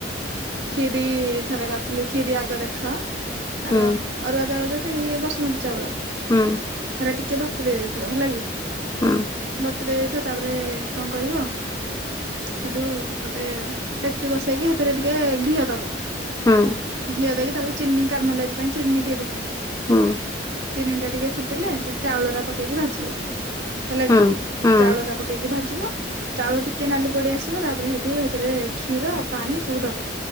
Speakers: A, on the right (about 75°); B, on the left (about 20°).
A: ଖିରି ଥରେ କରିଥିଲି ଖିରି ଆଗ ଦେଖ ଆଗ।
B: ହୁଁ
A: ଅରୁଆ ଚାଉଳ ଯେଉଁ କିଣିକି ବସୁମତୀ ଚାଉଳ।
B: ହୁଁ।
A: ହେରା ଟିକେ ବତୁରେ଼ଇ ଦେଇଥିବ ହେଲା କି?
B: ହୁଁ
A: ବତୁରେଇ ଦେଇଥିବ ତାପରେ କଣ କରିବ। ସେଇଠୁ ଗୋଟେ ଡେକ୍ଚି ବସେଇକି ସେଥିରେ ଟିକେ ଘିଅ ଦବ।
B: ହୁଁ।
A: ଘିଅ ଦେଇକି ତାପରେ ଚିନି କାରମାଲାଇଜ ପାଇଁ ଚିନି ଟିକେ ପକେଇବ।
B: ହୁଁ।
A: ଚିନି ଟା ଟିକେ ଫୁଟିଲେ ତାର ଚାଉଳ ଟା ପକେଇକି ଭାଜିବ ହେଲା
B: ହୁଁ
A: କି।
B: ହୁଁ
A: ଚାଉଳ ଟା ପକେଇକି ଭାଜିବ ଚାଉଳ ଟିକେ କେନାଲି ପଡି ଆସିବ ତାପରେ ହେଠୁ ହେଥରେ କ୍ଷୀର ପାଣି ସବୁ ଦବ।